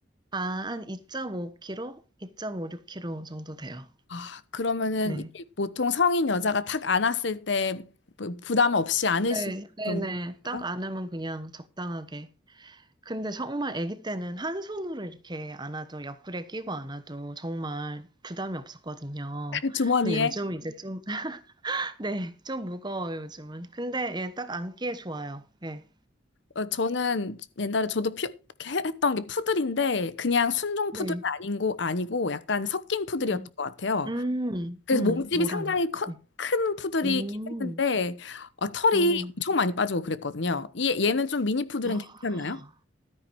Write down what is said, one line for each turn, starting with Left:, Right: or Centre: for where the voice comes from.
Right: 아, 한 2.5kg? 2.56kg 정도 돼요.
Left: 아, 그러면은
Right: 네.
Left: 이게 보통 성인 여자가 탁 안았을 때 부- 부담 없이 안을 수
Right: 네,
Left: 있는 정도인가요?
Right: 네네. 딱 안으면 그냥 적당하게. 근데 정말 아기 때는 한 손으로 이렇게 안아도 옆구리에 끼고 안아도 정말 부담이 없었거든요.
Left: <laughs> 주머니에?
Right: 근데 요즘은 이제 음. 좀 <laughs> 네. 좀 무거워요, 요즘은. 근데 예 딱 안기에 좋아요. 예.
Left: 어, 저는 옛날에 저도 피, 해- 했던 게 푸들인데 그냥 순종 푸들은
Right: 네.
Left: 아니고 아니고 약간 섞인 푸들이었던
Right: 음.
Left: 것 같아요.
Right: 음.
Left: 그래서
Right: 음.
Left: 몸집이
Right: 모랑요.
Left: 상당히 커,
Right: 네.
Left: 큰 푸들이긴
Right: 음.
Left: 했는데 어, 털이
Right: 음.
Left: 엄청 많이 빠지고 그랬거든요. 얘, 얘는 좀 미니 푸들은
Right: 아.
Left: 괜찮나요?